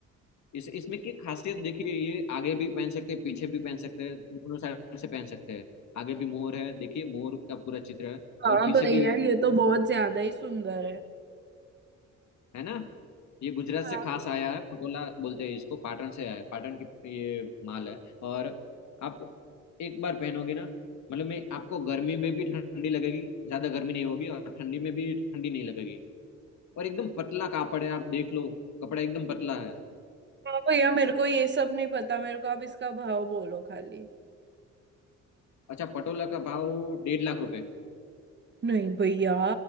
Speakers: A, on the left; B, on the right.
A: इस इसमें की खासियत देखिए ये आगे भी पहन सकते हैं पीछे भी पहन सकते हैं दोनों साइड से पहन सकते हैं आगे भी मोर है देखिए मोर का पूरा चित्र है
B: हाँ
A: और पीछे
B: भैया
A: भी
B: ये तो बहुत ज्यादा ही सुंदर है
A: है ना ये गुजरात
B: हाँ
A: से खास
B: भैया
A: आया है पटोला बोलते हैं इसको पाटन से आया है पाटन की ये माल है और आप एक बार पहनोगे ना मतलब मैं आपको गर्मी में भी ठंडी लगेगी ज्यादा गर्मी नहीं होगी और ठंडी में भी ठंडी नहीं लगेगी और एकदम पतला कापड़ है आप देख लो कपड़ा एकदम पतला है
B: हाँ भैया मेरे को ये सब नहीं पता मेरे को आप इसका भाव बोलो खाली
A: अच्छा पटोला का भाव डेढ़ लाख रुपए
B: नहीं भैया